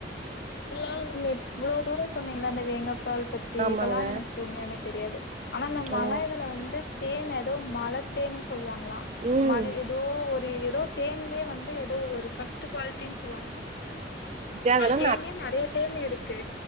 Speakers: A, on the left (about 65°); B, on the right (about 40°).
A: இல்ல நீங்க இவ்ளோ தூரோ சொன்னீங்கள அந்த வேங்கா பால் பத்தி
B: ஆமாங்க
A: இதெல்லா எனக்கு உண்மையலுமே தெரியாது ஆனா அந்த
B: ஓ
A: மல இதுல வந்து தேன் ஏதோ மல தேன்னு சொல்லுவாங்களா ச்
B: ம்
A: மல ஓ ஒரு ஏதோ தேன்லயே வந்து ஏதோ ஒரு ஃபர்ஸ்ட் குவாலிட்டின்னு சொல்லுவாங்க
B: க அதலா
A: தேனே நெறைய தேனு இருக்கு